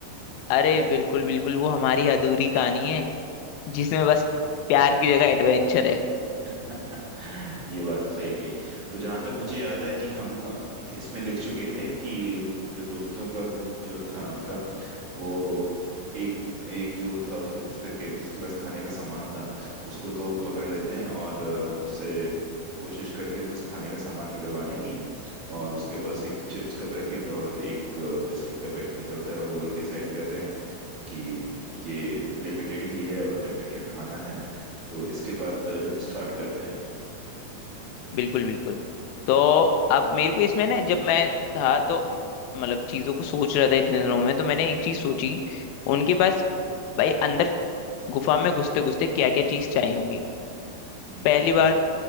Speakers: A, on the left; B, on the right.
A: अरे बिल्कुल बिल्कुल वो हमारी अधूरी कहानी है जिसमें बस प्यार की जगह एडवेंचर है
B: <laughs> ये बात तो सही कही तो जहां तक मुझे याद है कि हम इसमें लिख चुके थे कि जो दोस्तों का ग्रुप जो था उनका वो एक एक जो था उसमें जिसपे के- जिसके पास खाने का सामान था उसको तो पकड़ लेते हैं और उससे कोशिश करते हैं कुछ खाने का सामान निकलवाने की और उसके पास एक चिप्स का पैकेट और एक बिस्किट का पैकेट निकलता है और वो लोग डिसाइड कर रहे हैं कि ये लिमिटेड ही है और लिमिटेड खाना है तो इसके बाद स्टार्ट करते हैं
A: बिल्कुल बिल्कुल तो अब मेरे को इसमें ना जब मैं था तो मतलब चीजों को सोच रहा था इतने दिनों में तो मैंने एक चीज सोची उनके पास भाई अंदर गुफा में घुसते घुसते क्या क्या चीज चाहिए होंगी
B: हम्म
A: पहली बात